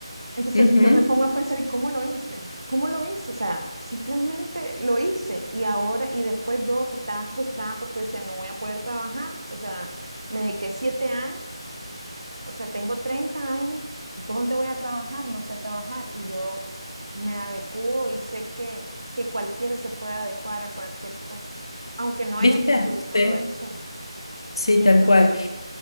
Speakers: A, on the right; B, on the left.
A: Entonces
B: Ujú.
A: yo me pongo a pensar, ¿y cómo lo hice? ¿Cómo lo hice? O sea, simplemente lo hice y ahora, y después yo estaba frustrada porque decía, no voy a poder trabajar, o sea, me dediqué siete años, o sea, tengo 30 años, ¿dónde voy a trabajar? No sé trabajar y yo me adecuo y sé que, que cualquiera se puede adecuar a cualquier cosa, aunque no
B: ¿Viste?
A: hayas estudiado
B: Sí.
A: eso,
B: Sí,
A: incluso.
B: tal cual.